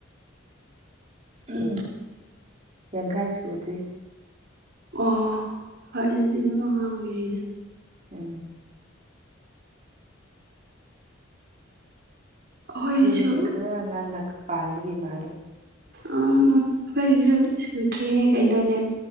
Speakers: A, on the right; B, on the right.
A: ꯑꯝ ꯌꯥꯡꯈꯩꯥ ꯁꯨꯗ꯭ꯔꯤ
B: ꯑꯣ ꯍꯣꯏ ꯑꯗꯨꯗꯤ ꯑꯗꯨꯝ ꯑꯉꯥꯡ ꯑꯣꯏꯔꯤꯗ
A: ꯎꯝ
B: ꯑꯩꯈꯣꯏꯁꯨ
A: ꯌꯨꯝ ꯈꯔ ꯉꯟꯅ ꯄꯥꯟꯕꯒꯤ ꯃꯥꯜꯂꯦ
B: ꯑꯥ ꯑꯩꯈꯣꯏꯒꯤꯁꯨ ꯁꯨꯗ꯭ꯔꯤꯌꯦ ꯀꯩꯅꯣꯅꯦ